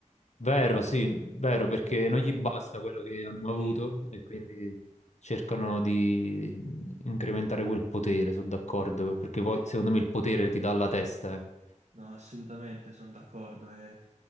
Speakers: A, on the left; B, on the right.
A: vero, sì, vero,
B: diciamo,
A: perché non gli basta quello che hanno avuto
B: Sì,
A: e quindi cercano di incrementare quel potere, sono d'accordo, perché poi
B: sì.
A: secondo me il potere ti dà la testa, eh.
B: No, assolutamente, sono d'accordo. E